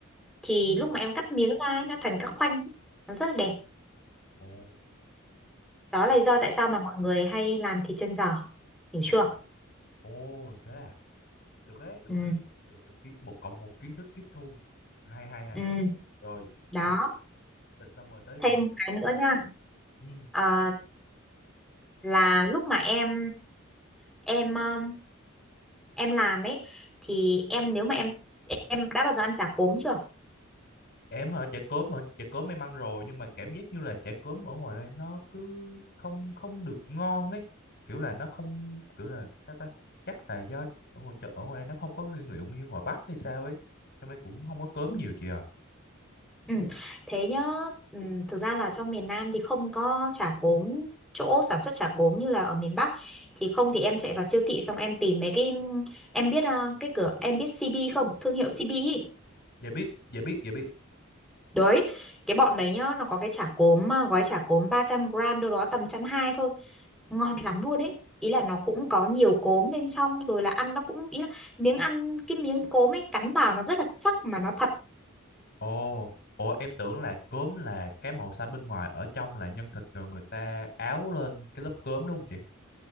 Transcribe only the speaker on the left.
Ừ.
ồ
tại
vì
ồ
ồ thế à được đấy được
được được, được. Kiến- một cộng một kiến thức tiếp thu hay hay hay
hay. rồi
thịt thịt xong rồi tới
phần gì
ừ.
em ở chợ cốm mà chợ cốm em ăn rồi nhưng mà cảm giác như là chả cốm ở ngoài đây nó cứ không không được ngon ấy kiểu là nó không kiểu là sao ta chắc là do ở ngoài chợ ở ngoài đây nó không có cái nguyên liệu như ngoài Bắc hay sao ấy trong đây cũng không có cốm
nhiều chị à
dạ biết dạ biết dạ biết
ồ ồ em tưởng là cốm là cái màu xanh bên ngoài ở trong là nhân thịt rồi người ta áo lên cái lớp cốm đúng không chị